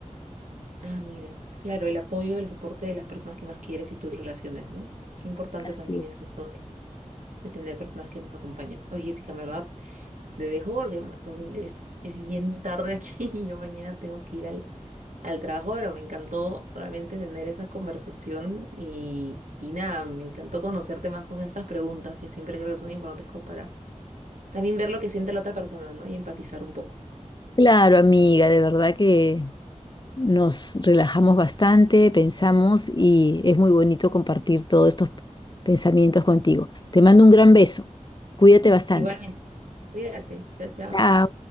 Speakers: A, on the right (about 75°); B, on the left (about 35°).
A: Ah, mira. Claro, el apoyo, el soporte de las personas que más quieres y tus relaciones, ¿no? Qué importante
B: Así
A: también
B: es.
A: es eso de, de tener personas que nos acompañan. Oye, Jessica, en verdad, te dejo porque son- es, es bien tarde aquí <laughs> y yo mañana tengo que ir al al trabajo, pero me encantó realmente tener esa conversación y, y nada, me encantó conocerte más con estas preguntas que siempre creo que son importantes como para también ver lo que siente la otra persona, ¿no? Y empatizar un poco.
B: Claro, amiga, de verdad que nos relajamos bastante, pensamos y es muy bonito compartir todos estos pensamientos contigo. Te mando un gran beso. Cuídate bastante.
A: Igualmente, cuídate, chao, chao.
B: Chao.